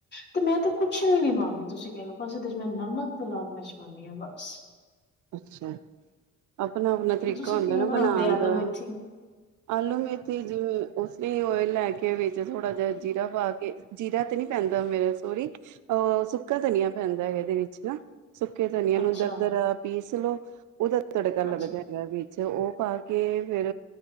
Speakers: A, on the left (about 35°); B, on the right (about 75°).
A: ਤੇ ਮੈਂ ਤੇ ਕੁਛ ਵੀ ਨੀ ਮੰਣਦੀ ਤੁਸੀਂ ਕਹਿ ਲਓ ਬਸ ਮੈਂ ਨਮਕ ਤੇ ਲਾਲ ਮਿਰਚ ਪਾਉਂਦੀ ਆ ਬਸ
B: ਅੱਛਾ ਆਪਣਾ ਆਪਣਾ ਤਰੀਕਾ
A: ਤੇ ਤੁਸੀਂ
B: ਹੁੰਦਾ
A: ਕਿਵੇਂ
B: ਨਾ
A: ਬਣਾਉਂਦੇ
B: ਬਣਾਉਣ
A: ਆਲੂ
B: ਦਾ
A: ਮੇਥੀ
B: ਆਲੂ ਮੇਥੀ ਜਿਵੇਂ ਉਸਨੇ ਓਇਲ ਲੈ ਕੇ ਵਿੱਚ ਥੋੜਾ ਜਿਹਾ ਜੀਰਾ ਪਾ ਕੇ ਜੀਰਾ ਤੇ ਨੀ ਪੈਂਦਾ ਮੇਰਾ ਸੋਰੀ ਅਹ ਸੁੱਕਾ ਧਨੀਆ ਪੈਂਦਾ ਹੈ ਇਹਦੇ ਵਿੱਚ ਨਾ ਸੁੱਕੇ ਧਨੀਆ ਨੂੰ
A: ਅੱਛਾ
B: ਦਰ ਦਰ ਪੀਸ ਲਓ ਉਹਦਾ ਤੜਕਾ ਲੱਗਦਾ
A: ਅੱਛਾ
B: ਹੈਗਾ ਵੀ ਤੇ ਉਹ ਪਾ ਕੇ ਫਿਰ